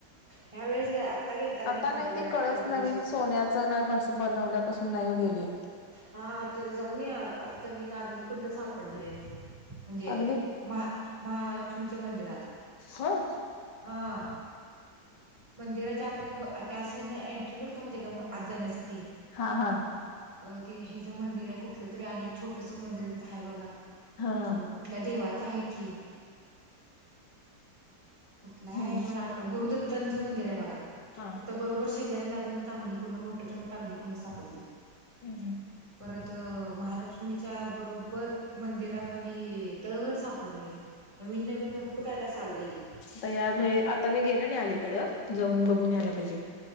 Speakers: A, on the right; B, on the left.
A: ह्या वेळेस गे आत्ता गेलता का
B: आता
A: चांगलं
B: नाही ते
A: आठ
B: कळस
A: पंधरा दिवसात
B: नवीन सोन्याच काय ब बनवल्या कसून नाहीऊ गेले
A: हा तेिथे जाऊन या आता मी नागन कुंड सापडलय म्हणजे
B: अग्नित
A: महा महालक्ष्मीच्या मंदिरात
B: होय
A: अह मंदिराच्या आपण त्यासाठी एंट्री करतो मग का आज जाण्यासाठी
B: हा हा
A: अ ते हे ज मंदिर आहे कुठलं तरी आणि छोटस मंदिर तिथं आहे बघा
B: हा हा
A: अ कुठल्या देवाचा आहे की कुठला आहे
B: हम्म
A: मला आ गुरुदत्तांचं मंदिर आहे बघा
B: हा
A: तिथं बरोबर शेजारी लागून अग्नकुंड मोठ्या मोठा अग्निकुंड सापडले
B: हम् हम्
A: खत महालक्ष्मीच्या बरोबर मंदिराखाली तळघर सापडलं आहे नवीन नवीन भरपूर काय काय चाललंये
B: आता या आता मी गेल नाही अलीकडं जाऊन बघून यायला पाहिजे